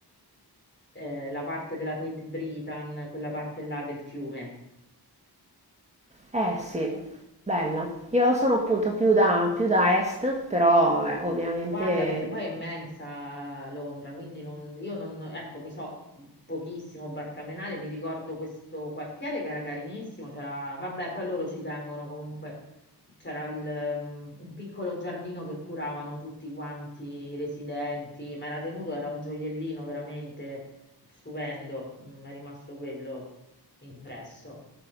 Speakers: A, on the left; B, on the right.
A: eh, la parte della Tate Britain, quella parte là del fiume.
B: Eh sì, bella. Io sono appunto più da, più da est, però beh, ovviamente
A: Guarda, perché poi è immensa Londra, quindi non- io non, ecco, mi so pochissimo barcamenare, mi ricordo questo quartiere che era carinissimo, c'era, vabbè, poi loro ci tengono comunque, c'era il, um, un piccolo giardino che curavano tutti quanti i residenti, ma era tenuto, era un gioiellino veramente stupendo, mi è rimasto quello impresso.